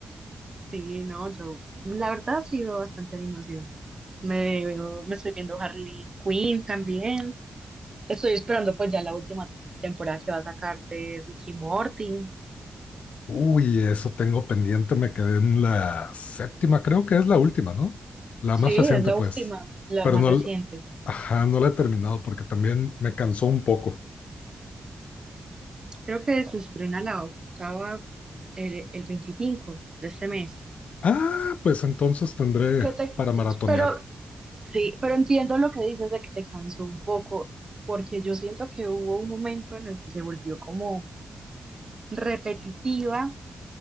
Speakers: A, on the right (about 30°); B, on the left (about 80°).
A: Sí, no, yo la verdad sí veo bastante animación. Me veo- me estoy viendo Harley Quinn también. Estoy esperando pues ya la última temporada que va a sacar de Ricky Morty.
B: Uy, eso tengo pendiente, me quedé en la séptima, creo que es la última, ¿no? La
A: Sí,
B: más reciente,
A: es la
B: pues.
A: última, la
B: Pero
A: más
B: no,
A: reciente.
B: l- ajá, no la he terminado porque también me cansó un poco.
A: Creo que se estrena la octava el, el 25 de este mes.
B: Ah, pues entonces tendré
A: Que te-
B: para maratonear.
A: pero Sí, Pero entiendo lo que dices de que te cansó un poco, porque yo siento que hubo un momento en el que se volvió como repetitiva,